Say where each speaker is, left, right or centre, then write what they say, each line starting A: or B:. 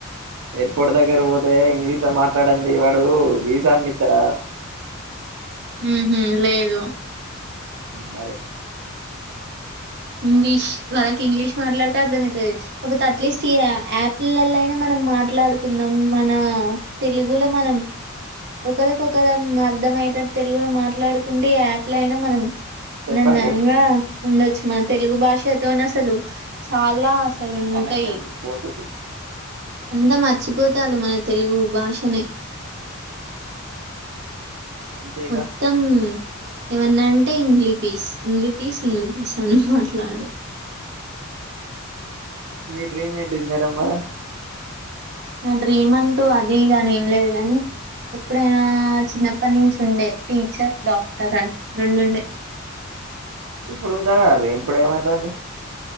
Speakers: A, on the right (about 80°); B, on the right (about 55°).
A: ఎయిర్పోర్ట్ దగ్గర పోతే ఇంగ్లీష్ లో మాట్లాడంది వాడు వీసా అన్న ఎత్తాడ
B: ఉహు లేదు
A: మరే
B: ఇంగ్లీష్ <inaudible> ఇంగ్లీష్ మాట్లాడితే అర్థమవుతది ఒకపోతే అట్లీస్ట్ ఈ యాప్లలల్లయినా మనం మాట్లాడుకుందాం మన తెలుగులో మనం ఒకరికొకరు అర్థమయటట్టు తెలుగులో మాట్లాడుకుంటే ఈ యాప్ లో అయినా మనం
A: చెప్పండి
B: ఆనందంగా ఉండొచ్చు. మన తెలుగు భాషతోని అసలు చాలా పలుంటై
A: కనెక్షన్ పోతుంది
B: ఎంత మర్చిపోతారు మన తెలుగు భాషనే
A: అంతేగా
B: మొత్తం ఏమన్న అంటే ఇంగ్లీ పస్ ఇంగ్లీ పస్ ఇంగ్లి పస్ అని మాట్లాడు
A: మీ డ్రీమ్ ఏంటిది మేడం మరి
B: నా డ్రీమ్ అంటూ అది దాని ఏం లేదు కానీ ఎప్పుడైనా చిన్నప్పటి నుంచి ఉండే టీచర్ డాక్టర్ అని రెండుండే
A: ఇప్పుడుదాగారు ఇప్పుడు ఏమైతుంది